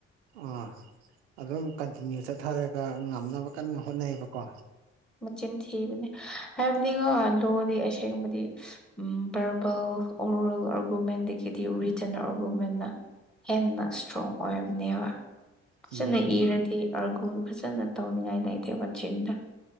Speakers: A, on the right (about 85°); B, in the centre.
A: ꯑꯥ ꯑꯗꯨꯝ ꯀꯟꯇꯤꯅ꯭ꯌꯨ ꯆꯠꯊꯔꯒ ꯉꯝꯅꯕ ꯀꯟꯅ ꯍꯣꯠꯅꯩꯌꯦꯕꯀꯣ
B: ꯃꯆꯤꯟ ꯊꯤꯕꯅꯦ ꯍꯥꯏꯕꯗꯤꯀꯣ ꯂꯣꯗꯤ ꯑꯁꯦꯡꯕꯗꯤ ꯎꯝ ꯕꯔꯕꯜ ꯑꯣꯔꯨꯔꯦꯜ ꯑꯥꯔꯒꯨꯃꯦꯟꯗꯒꯤꯗꯤ ꯔꯤꯖꯟ ꯑꯥꯔꯒꯨꯃꯦꯟꯅ ꯍꯦꯟꯅ ꯏꯁꯇ꯭ꯔꯣꯡ ꯑꯣꯏꯕꯅꯦꯕ ꯐꯖꯅ
A: ꯎꯝ
B: ꯏꯔꯗꯤ ꯑꯥꯒꯨꯜ ꯐꯖꯅ ꯇꯧꯅꯤꯉꯥꯏ ꯂꯩꯇꯦ ꯋꯥꯆꯤꯟꯗ